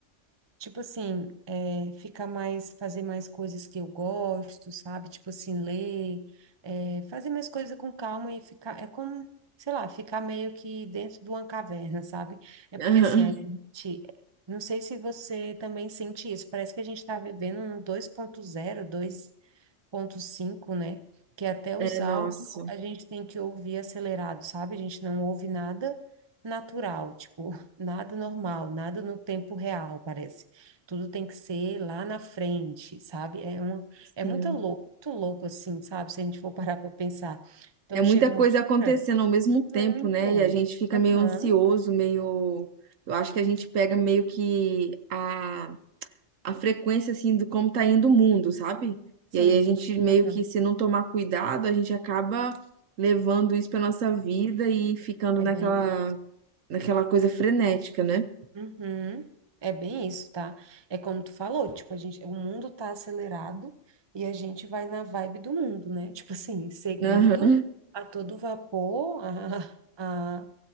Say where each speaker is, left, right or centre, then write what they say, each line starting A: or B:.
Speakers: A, on the right (about 25°); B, on the right (about 85°).
A: Tipo assim, é, ficar mais, fazer mais coisas que eu gosto, sabe? Tipo assim, ler, é, fazer mais coisas com calma e ficar, é como, sei lá, ficar meio que dentro de uma caverna, sabe? É porque
B: Aham.
A: assim, a gente, não sei se você também sente isso, parece que a gente está vivendo no 2.0, ponto 5 né? Que é até
B: É,
A: os
B: nossa.
A: áudios a gente tem que ouvir acelerado, sabe? A gente não ouve nada natural, tipo, <laughs> nada normal, nada no tempo real, parece. Tudo tem que ser lá na frente, sabe? É uma, é
B: Sim.
A: muito louco, muito louco assim, sabe? Se a gente for <laughs> parar para pensar. Então
B: É muita
A: chega uma
B: coisa acontecendo
A: hora
B: ao mesmo
A: muito.
B: tempo, né? E a gente fica
A: Aham,
B: meio ansioso, meio. Eu acho que a gente pega meio que a, a frequência, assim, do como tá indo o mundo, sabe?
A: sim.
B: E aí a gente meio
A: Aham.
B: que, se não tomar cuidado, a gente acaba levando isso pra nossa vida e ficando
A: É
B: naquela
A: bem
B: naquela coisa frenética, né?
A: Uhum. É bem isso, tá? É como tu falou, tipo, a gente, o mundo tá acelerado e a gente vai na vibe do mundo, né? <laughs> Tipo assim, seguindo
B: Aham,
A: a todo vapor, a, a,